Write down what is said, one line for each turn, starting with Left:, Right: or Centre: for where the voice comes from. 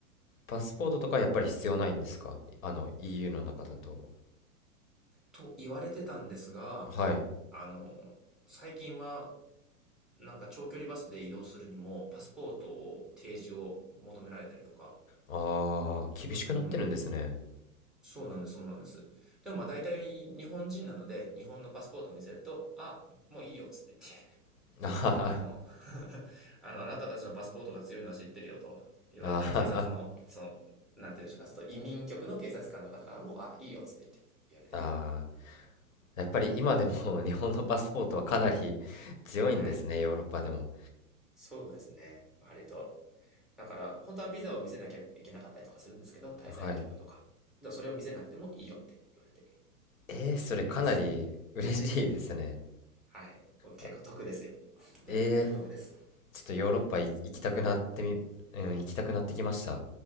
Left: パスポートとかやっぱり必要ないんですかあの、EU の中だと。
Centre: と言われてたんですが、
Left: はい。
Centre: あの、最近はなんか長距離バスで移動するにも、パスポートを提示を求められたりとか。
Left: ああ、厳しくなってるんですね。
Centre: うん。そうなんです、そうなんです。でもまあ大体日本人なので、日本のパスポートを見せると、あ、もういいよ、つって言って、<laughs>
Left: <laughs> あはは、
Centre: あの、<laughs> あの、あなたたちのパスポートが強いのは知ってるよと言われて、
Left: あはは、
Centre: 警察の、その、なんて言うんでしょうか、ちょっと移民局の警察官の方からも、あ、いいよ、つって言って、言われて。
Left: あーやっぱり今でも <laughs> 日本のパスポートはかなり <laughs> 強いんですね、
Centre: はい。
Left: ヨーロッパでも。
Centre: そうですね。割と。だから、本当はビザを見せなきゃいけなかったりとかするんですけど、滞在許可とか。
Left: はい。
Centre: でもそれを見せなくてもいいよって言われて
Left: えー、それかなり嬉しいですね。
Centre: あります。はい。結構得ですよ。
Left: あ
Centre: <laughs> じゃあ、
Left: えー、
Centre: 逆得です。
Left: ちょっとヨーロッパ行き行きたくなってみ、うん、行きたくなってきました。